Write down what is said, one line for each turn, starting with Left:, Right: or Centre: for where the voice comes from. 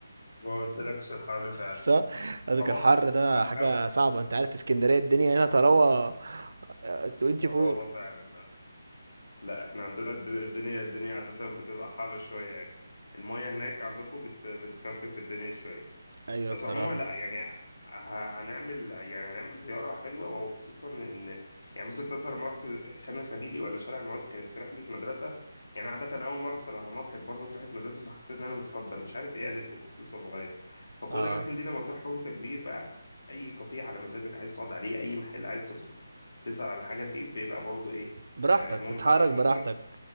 Left: ما قلتلكش الحر فعلا
Right: صح؟ قصدك
Left: خلاص
Right: الحر ده
Left: هنحاول
Right: حاجة صعبة انت عارف في اسكندرية الدنيا هنا تروى 24
Left: هو فعلا لا احنا عندنا الد- الدنيا الدنيا عادة بتبقى حر شوية يعني المية هناك عندكم بت بتخفف الدنيا شوية
Right: ايوه
Left: بس
Right: الصراحة
Left: عموما لا يعني ه- هنعمل يعني هنعمل زيارة حلوة وخصوصا ان يعني بص انت مثلا لما رحت خان الخليلي ولا شارع المعز كانت في رحلة مدرسة يعني عادة أول ما رحت الأهرامات كانت برضه في رحلة مدرسة فحسيت إن أنا متقدر مش عارف إيه ألف وكنت لسه صغير فكل
Right: اه
Left: الأماكن دي لما تروحها وأنت كبير بقى أي كافيه على مزاجك عايز تقعد عليه أي محل عايز تدخل تسأل على حاجة فيه بيبقى برضه إيه
Right: براحتك
Left: آه، ممتع
Right: تتحرك
Left: يعني
Right: براحتك